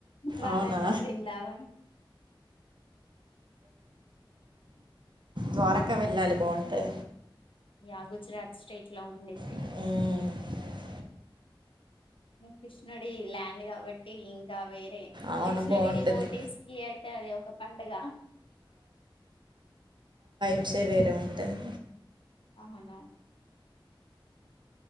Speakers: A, on the left (about 75°); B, on the right (about 60°).
A: ద్వారకగాబ్రిందావని
B: అవునా ద్వారక వెళ్ళాలి బాగుంటుంది
A: యా గుజరాత్ స్టేట్ లోలా ఉంది
B: మ్మ్
A: నా కృష్ణుడి ల్యాండ్ కాబట్టి ఇంకా వేరే
B: అవును.
A: కృష్ణడిడి
B: బావుంటుంది.
A: ఓటీస్కి అయితే అది ఒక పండుగ
B: చెసే వేరే ఉంటది
A: అవును